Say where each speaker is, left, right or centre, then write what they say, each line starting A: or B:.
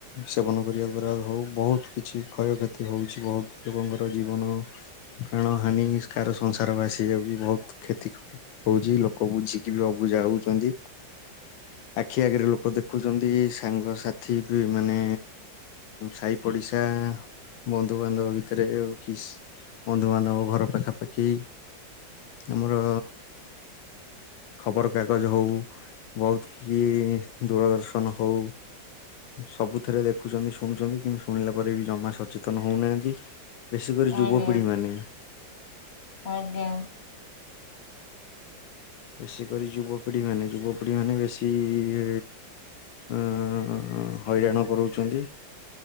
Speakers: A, on the left; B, on the left.
A: ସେବନ କରିବା ଦ୍ଵାରା ହୋଉ ବୋହୁତ କିଛି କ୍ଷୟକ୍ଷତି ହୋଉଛି। ବୋହୁତ ଲୋକଙ୍କର ଜୀବନ ପ୍ରାଣ ହାନି କାହାର ସଂସାର ଭାସି ଯାଉଛି ବୋହୁତ କ୍ଷତି ଖ ହଉଛି ଲୋକ ବୁଝିକି ବି ଅବୁଝା ହୋଉଛନ୍ତି।
B: <inaudible>
A: ଆଖି ଆଗରେ ଲୋକ ଦେଖୁଛନ୍ତି ସାଙ୍ଗସାଥି ବି ମାନେ ସାଇ ପଡିଶା ବନ୍ଧୁବାନ୍ଧବ ଭିତରେ ୟେ କିସ୍ ବନ୍ଧୁବାନ୍ଧବ ଘର ପାଖାପାଖି ଆମର ଖବରକାଗଜ ହଉ ବହୁତ କି ଦୂରଦର୍ଶନ ହଉ ସବୁଥିରେ ଦେଖୁଛନ୍ତି ଶୁଣୁଛନ୍ତି କିନ୍ତୁ ଶୁଣିଲା ପରେ ବି ଜମା ସଚେତନ ହୋଉନାହାନ୍ତି। ବେଶୀ କରି
B: ଆଜ୍ଞା
A: ଯୁବପିଢ଼ିମାନେ।
B: ଆଜ୍ଞା।
A: ବେଶୀ କରି ଯୁବପିଢି ମାନେ ଯୁବପିଢି ମାନେ ବେଶି ଏ ଉଁ ହଇରାଣ କରଉଛନ୍ତି।